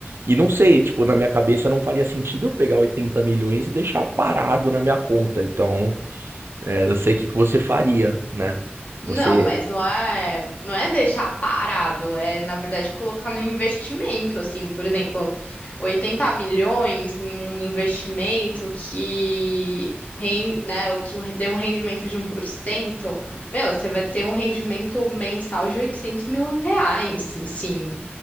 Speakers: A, on the right; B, on the left.
A: E não sei, tipo, na minha cabeça não faria sentido eu pegar 80 milhões e deixar parado na minha conta. Então, é, não sei o que que você faria, né?
B: Não,
A: Você.
B: mas não é, não é deixar parado, é na verdade colocar no investimento, assim, por exemplo, 80 milhões em um investimento que, ren- né, o que um- dê um rendimento de um por cento, meu, você vai ter um rendimento mensal de 800 mil reais, assim,